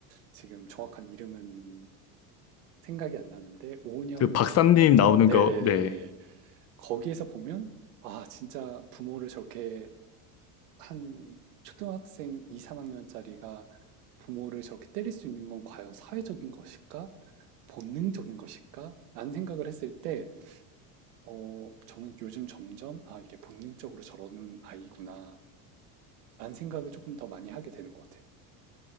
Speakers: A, on the right (about 80°); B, on the left (about 35°).
A: 지금 정확한 이름은 생각이 안 나는데 오은영
B: 그 박사님
A: 박사님
B: 나오는
A: 네네네네
B: 거, 네.
A: 거기에서 보면 아 진짜 부모를 저렇게 한 초등학생 2, 3학년짜리가 부모를 저렇게 때릴 수 있는 건 과연 사회적인 것일까? 본능적인 것일까? 라는 생각을 했을 때, 어, 저는 요즘 점점, 아, 이게 본능적으로 저러는 아이구나. 라는 생각을 조금 더 많이 하게 되는 것 같아요.